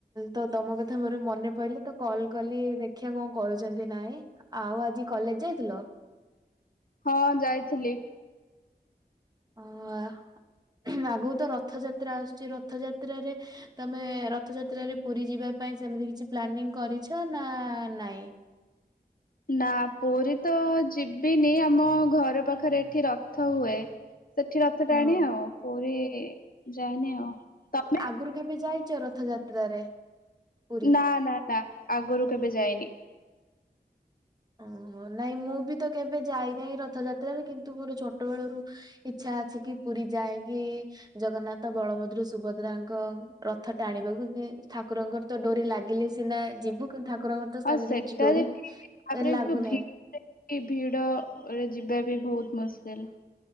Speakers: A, on the right; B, on the left.
A: ତ ତମ କଥା ମୋର ମନେ ପଡିଲେ ତୁ କଲ କଲି ଦେଖିବା କଣ କରୁଛନ୍ତି। ନାଇଁ ଆଉ ଆଜି କଲେଜ ଯାଇଥିଲ?
B: ହଁ ଯାଇଥିଲି।
A: ଅ ଆଗକୁ ତ ରଥଯାତ୍ରା ଆସୁଛି। ରଥଯାତ୍ରାରେ ତମେ ରଥଯାତ୍ରାରେ ପୁରୀ ଯିବା ପାଇଁ ସେମିତି କିଛି ପ୍ଲାନିଂ କରିଛ ନା ନାଇଁ।
B: ନା ପୁରୀ ତ ଯିବିନି ଆମ ଘର ପାଖରେ ଏଠି ରଥ ହୁଏ। ସେଠି ରଥ ଟାଣେ
A: ହଁ
B: ଆଉ ପୁରୀ ଯାଏନି ଆଉ। ତମେ
A: ଆଗରୁ କେବେ ଯାଇଛ ରଥଯାତ୍ରାରେ। ପୁରୀ?
B: ନା ନା ନା ଆଗରୁ କେବେ ଯାଇନି
A: ଓହୋ ନାଇଁ ମୁଁ ବି ତ କେବେ ଯାଇନାହିଁ। ରଥଯାତ୍ରାରେ କିନ୍ତୁ ମୋର ଛୋଟବେେଳରୁ ଇଛା ଅଛି କି ପୁରୀ ଯାଏକି। ଜଗନ୍ନାଥ, ବଳଭଦ୍ର, ସୁଭଦ୍ରାଙ୍କ, ରଥ ଟାଣିବାକୁ କି ଠାକୁରଙ୍କର। ତ ଡୋରି ଲାଗିଲେ ସିନା ଯିବୁ କିନ୍ତୁ ଠାକୁରଙ୍କର ତ ସେମିତି
B: ଆଉ ସେଟା
A: କିଛି ଡୋରି।
B: ଯେ ଠିକ୍ ତାପରେ
A: ଲାଗୁନାହିଁ।
B: ଯୋଉ ଭିଡ ଭିଡରେ ଯିବା ବି ବହୁତ ମୁସ୍କିଲ।